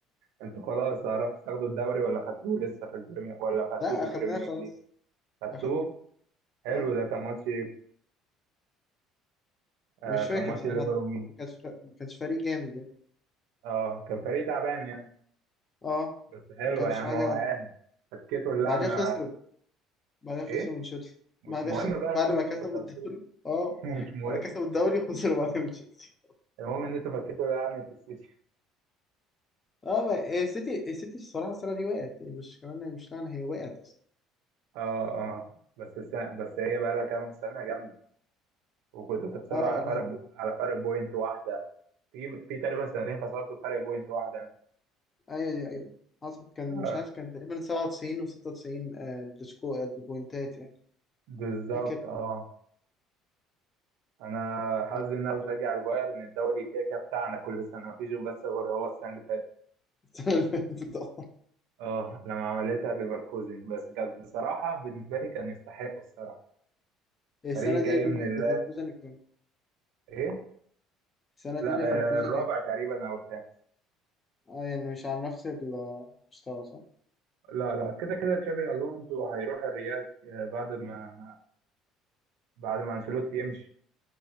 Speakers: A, on the right (about 80°); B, on the left (about 25°).
A: انتوا خلاص عرفتوا تاخدوا الدوري ولا خدتوه لسه في البريمير ولا خدتوه
B: لا
A: في
B: اخدناه
A: البريمير
B: خلاص
A: ليج خدتوه
B: اخدناه
A: حلو
B: اه
A: ده كان ماتش ايه
B: مش
A: آه
B: فاكر
A: كان ماتش
B: صراحة
A: ليفر ومين
B: ما كانش فا- ما كانش فريق جامد يعني
A: اه كان فريق تعبان يعني
B: اه
A: بس حلو
B: ما كانش
A: يا عم
B: حاجة
A: هو هانت فكيتوا اللعنة
B: بعدها خسروا بعدها خسروا
A: ايه
B: من تشيلسي
A: مش
B: بعد
A: مهم
B: خ...
A: بقى
B: بعد
A: المهم
B: ما
A: ان
B: كسبوا
A: انتوا خدتوه
B: الدوري اه
A: <laughs> مش مهم
B: كسبوا الدوري خسروا بعدها من تشيلسي
A: المهم ان انتوا فكيتوا يعني في السيتي
B: اه ما- إيه، السيتي السيتي الصراحه السنه دي وقعت يعني مش كمان مش لعنه هي وقعت اصلا
A: اه اه بس س... بس هي بقى لها كام سنه جامده وكنتوا بتخسروا
B: اه
A: على فرق
B: لا
A: بو... على فرق بوينت واحده في في تقريبا سنتين خسرتوا فرق بوينت واحده
B: ايوه دي ايوه حصل كان
A: آه
B: مش عارف كان تقريبا 97 و96 آه السكو آه، البوينتات يعني
A: بالظبط
B: فاكر
A: اه انا حظي
B: آه،
A: ان انا بشجع البايرن الدوري كده كده بتاعنا كل سنه مفيش بس غير هو السنه اللي فاتت
B: <laughs> السنه اللي فاتت آه.
A: اه لما عملتها ليفركوزن بس كانت بصراحه بالنسبه لي كان يستحقوا الصراحه
B: السنه
A: فريق
B: دي
A: جاي
B: اللي-
A: من الله
B: ليفركوزن كان
A: ايه
B: السنه دي
A: لا
B: ليفركوزن
A: آه، الرابع تقريبا او الخامس
B: اه يعني مش على نفس المستوى صح
A: لا لا كده كده تشابي الونسو هيروح الريال آه، بعد ما بعد ما انشيلوتي يمشي